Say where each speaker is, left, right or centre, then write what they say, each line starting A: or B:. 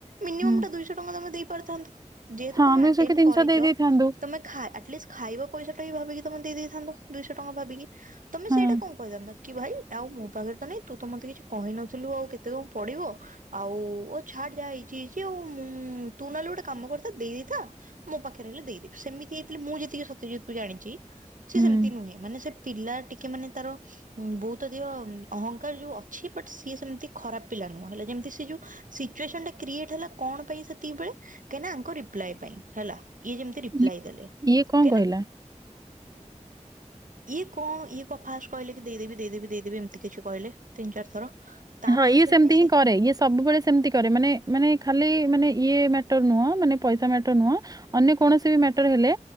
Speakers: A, on the right; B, on the right.
A: ମିନମମ
B: ହୁଁ।
A: ଟା ଦୁଶହ ଟଙ୍କା ତମେ ଦେଇ କରିନଥାନ୍ତ ଯେହେତୁ
B: ହଁ,
A: ତମେ ଆଟେନ୍
B: କି
A: କରିଛ
B: ଦେଇ ଦେଇଥାନ୍ତୁ।
A: ତମେ ଖା ଆଟି ଲିଷ୍ଟ ଖା ପଇସା ଟା ବି ଭାବିକି ତମେ ଦେଇଥାନ୍ତ ଦୁଇଶହ ଟଙ୍କା ଭାବିକି ତମେ
B: ହଁ,
A: ସେଇଟା କଣ କହିଥାନ୍ତତା କି ଭାଇ ଆଉ ମୋ ପାଖରେ ତ ନାଇଁ ତୁ ତ ମତେ କିଛି କହିନଥିଲୁ ଆଉ କେତେ କଣ ପଡିବ ଆଉ କହାର ଯ ହେଇଛି ଯେ ଆଉ ମୁଁ ତୁ ନହେଲେ ଗୋଟେ କାମ କରିଥା ଦେଇଥା ମୋ ପାଖରେ ହେଲ ଦେଇଦବି ସେମିତି ହେଇଥିଲି ମୁଁ ଯେତିକି ସତ୍ୟଜିତ୍ କୁ ଜାଣିଛି ସେ
B: ହୁଁ,
A: ସେମିତି ନୁହେଁ ମାନେ ସେ ପିଲା ଟିକେ ମାନେ ତାର ବହୁତ ଅଧିକ ଅହଙ୍କାର ଯୋଉ ଅଛି ବଟ ସିଏ ସେମିତି ଖରାପ ପିଲା ନୁହ ହେଲେ ଯେମିତି ସେ ଯୋଉ ସିକ୍ଟୁଅସନ କ୍ରିଏଟେ ହେଲା କଣ ପାଇଁ ସେତିକି ବେଳେ କାହିଁନା ଆଙ୍କ ରିପ୍ଲାଏ ପାଇଁ ହେଲା ଇଏ ଯେମିତି
B: ଇ
A: ଲାଇ ଦେଲେ
B: ଇଏ କଣ
A: କେନା
B: କହିଲା?
A: ଇଏ କଣ ଇଏ କ ଫାଷ୍ଟ କହିଲେ କି ଦେଇଦେବି ଦେଇଦେବି ଦେଇଦେବି ଏମିତି କିଛି କହିଲେ ତିି ଚାରି ଥର ତାପରେ
B: ହଁ ଇଏ
A: ସେଠୁ
B: ସେମିତି ହିଁ
A: ସେ
B: କରେ ଇଏ ସବୁବେଳେ ସେମତି କରେ ମାନେ ମାନେ ଖାଲି ମାନେ ଇଏ ମାଟ୍ୟର ନୁହଁ ମାନେ ପଇସା ମାଟ୍ୟର ନୁହଁ ଅନ୍ୟ କୌଣସି ବି ମାଟ୍ୟର ହେଲେ